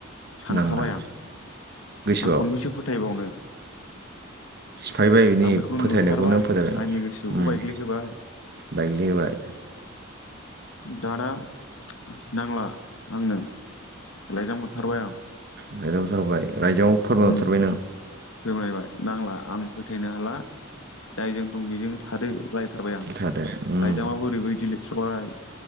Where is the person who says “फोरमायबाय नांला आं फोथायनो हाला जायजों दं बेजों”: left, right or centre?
Left